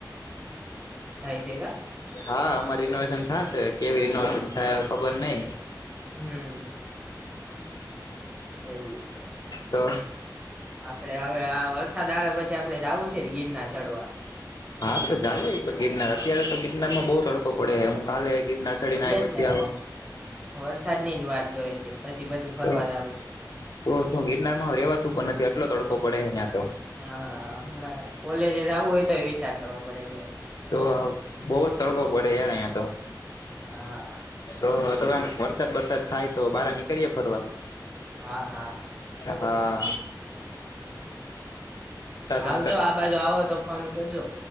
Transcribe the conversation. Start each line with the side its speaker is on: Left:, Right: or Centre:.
Right: છેગા
Left: હા આમાં રિનોવેશન થશે કેવી રિનોવેશન થાય ખબર નઈ
Right: હમ. એવું છે.
Left: તો
Right: આપણે હવે આ વરસાદ આવે પછી આપણે જવું છે, જ ગીરનાર ચડવા
Left: હા તો જાયએ ગીરનાર અત્યારે તો ગીરનારમાં બોવ તડકો પડે હું કાલે ગિરનાર ચડીને
Right: એટલે
Left: આવ્યો
Right: જ ને
Left: ત્યાં
Right: વરસાદની જ વાત જોઈ છે પછી બધું ફરવા
Left: તો
Right: જ આવું છે.
Left: તો શું ગિરનારમાં રેવાતું પણ નથી આટલો તડકો પડે હેને આતો
Right: હા હમણાં કૉલેજે જાવું હોય તો એ વિચાર કરવો પડે છે.
Left: તો બોવ જ તડકો પડે યાર અહિયા તો
Right: હા.
Left: તો તો <unintelligible> વરસાદ બરસાદ થાય તો બહાર નીકળીએ ફરવા
Right: હા હા
Left: હા.
Right: આવજો
Left: <inaudible>
Right: આ બાજુ આવો તો ફોન કરજો